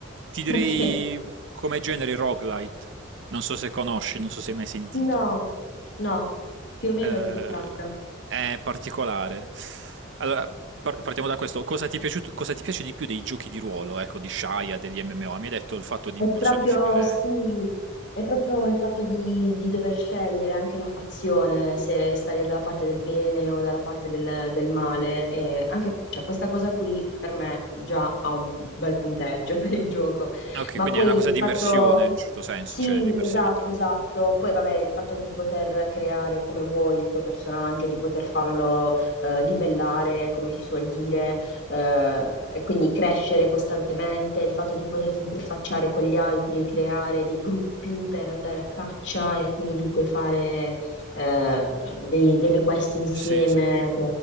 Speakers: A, on the right (about 65°); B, on the left (about 60°).
A: Ti direi
B: Ok.
A: come genere roguelite. Non so se conosci, non so se hai mai sentito.
B: No, no, più o meno
A: Eh,
B: di che tratta?
A: è particolare. Allora, par- partiamo da questo. Cosa ti è piaciuto- cosa ti piace di più dei giochi di ruolo, ecco, di Shaya, degli MMO? Mi hai detto il fatto di
B: È
A: impersonificare...
B: proprio, sì, è proprio il fatto di, di dover scegliere anche la fazione, se stare dalla parte del bene o dalla parte del, del male. E anche, cioè, questa cosa qui per me già ha un bel punteggio <laughs> per il gioco.
A: Ah, Ok,
B: Ma
A: quindi
B: poi
A: è una cosa
B: il
A: di
B: fatto...
A: immersione in un certo senso,
B: Sì,
A: cioè l'immersività.
B: esatto, esatto. Poi vabbè, il fatto di poter creare come vuoi il tuo personaggio, di poter farlo eh, livellare, come si suol dire, eh, e quindi crescere costantemente, il fatto di poterti interfacciare con gli altri, creare dei gruppi per andare a caccia e quindi dunque fare eh, dei- delle quest insieme.
A: Sì, sì.